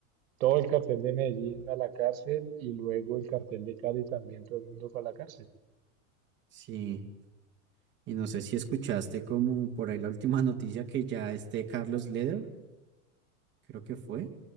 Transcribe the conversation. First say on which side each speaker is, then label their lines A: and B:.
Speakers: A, on the right; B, on the right.
A: todo el cartel de Medellín a la cárcel y luego el cartel de Cali también todo el mundo fue a la cárcel.
B: Sí, y no sé si escuchaste como por ahí la última noticia que ya este Carlos Leder, creo que fue.